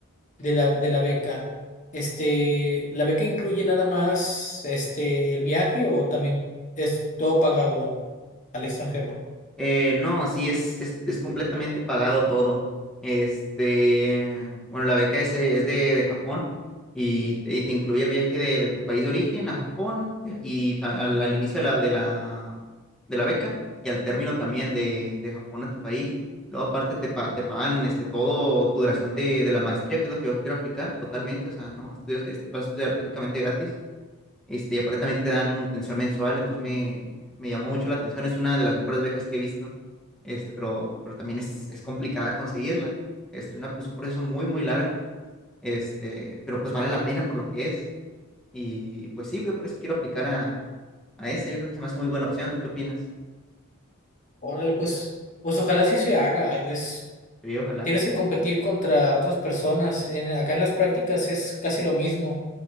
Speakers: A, on the left (about 35°); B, in the centre.
A: de la, de la beca, este, ¿la beca incluye nada más, este, el viaje o también es todo pagado al extranjero?
B: Eh, no, sí, es, es, es completamente pagado todo. Este, bueno, la beca es, eh, es de, de Japón y, te y te incluye el viaje de, de tu país de origen a Japón te- y ta- al, al inicio de la, de la, de la beca y al término también de, de Japón a tu país. Luego aparte te, pa- te pagan este, todo tu duración de, de la maestría, que es lo que yo quiero aplicar totalmente. O sea, no, estudias, vas a estudiar prácticamente gratis. Este, y aparentemente también te dan manutención mensual, entonces me, me llamó mucho la atención. Es una de las mejores becas que he visto, este, pero, pero también es, es complicada conseguirla. Este, es una- es un proceso muy, muy largo, este, pero pues vale la pena por lo que es. Y pues sí, yo por eso quiero aplicar a, a esa. Yo creo que se me hace muy buena opción. ¿Tú qué opinas?
A: Órale, pues, pues ojalá sí se haga. Es,
B: Sí, ojalá.
A: tienes que competir contra otras personas. En- acá en las prácticas es casi lo mismo.